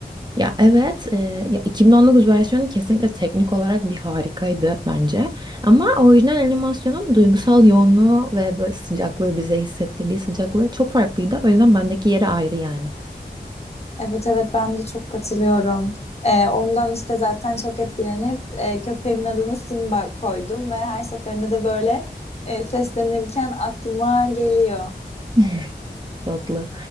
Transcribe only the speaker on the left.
Evet evet ben de çok katılıyorum. Ee, ondan işte zaten çok etkilenip e, köpeğimin adını Simba koydum ve her seferinde de böyle e, seslenirken aklıma geliyor.